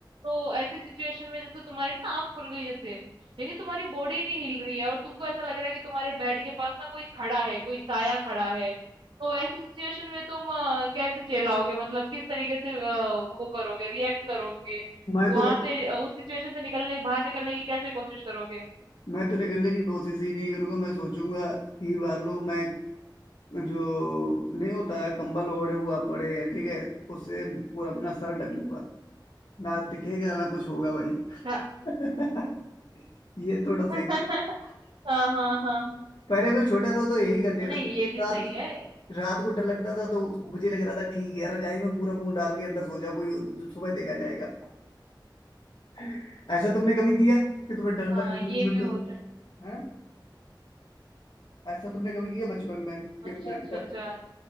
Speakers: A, on the right (about 80°); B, on the left (about 65°).
A: तो ऐसी सिचुएशन में जैसे तुम्हारी ना आंख खुल गई जैसे लेकिन तुम्हारी बॉडी नहीं हिल रही है और तुमको ऐसा लग रहा है कि तुम्हारे बेड के पास ना कोई खड़ा है कोई साया खड़ा है तो ऐसी सिचुएशन में तुम अ, कैसे चिल्लाओगे मतलब किस तरीके से अ, वो करोगे रिएक्ट करोगे
B: मैं तो
A: वहाँ
B: भाई
A: से अ, उस सिचुएशन से निकलने बाहर निकलने की कैसे कोशिश करोगे?
B: मैं तो निकलने की कोशिश ही नहीं करूंगा मैं सोचूंगा कि वालो मैं जो नहीं होता है कंबल ओढ़े हुआ पड़े है ठीक है उससे पूरा अपना सर ढक लूंगा ना दिखेगा ना कुछ होगा भाई
A: हाँ,
B: <laughs> ये थोड़ा सही
A: <laughs>
B: है।
A: हाँ, हाँ। हाँ।
B: पहले मैं छोटा था तो यही कर लेता
A: नहीं
B: था कुछ
A: ये भी
B: रात
A: सही
B: को
A: है।
B: रात को डर लगता था तो मुझे लग रहा था ठीक है रजाई में पूरा मुंह डाल के अंदर सो जा कोई जो सुबह देखा जाएगा <laughs> ऐसा तुमने कभी किया कि तुम्हें डर लग
A: हाँ, ये
B: मैं
A: भी
B: तो
A: होता है।
B: हाँ ऐसा तुमने कभी किया बचपन में कि
A: अच्छा,
B: तुम्हें
A: अच्छा,
B: डर
A: अच्छा।